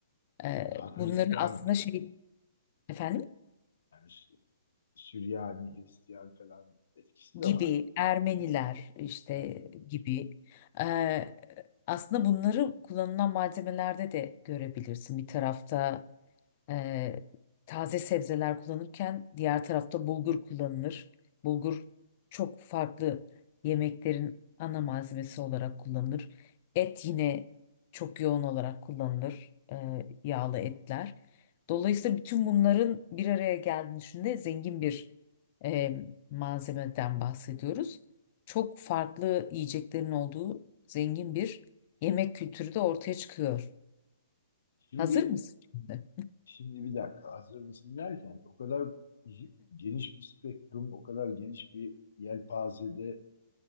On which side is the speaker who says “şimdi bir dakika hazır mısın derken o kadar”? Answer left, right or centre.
Left